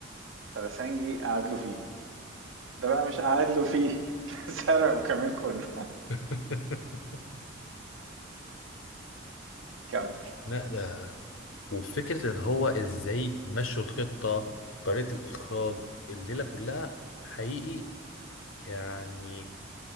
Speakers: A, on the right (about 80°); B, on the left (about 85°).
A: فلسنجي قعد له فيه ده بقى مش قعد له فيه <laughs> ده سرقه كمان كله <laughs>
B: <laughs>
A: كمل
B: لا ده وفكرة اللي هو إزاي مشوا الخطة طريقة الإخراج الليلة كلها حقيقي يعني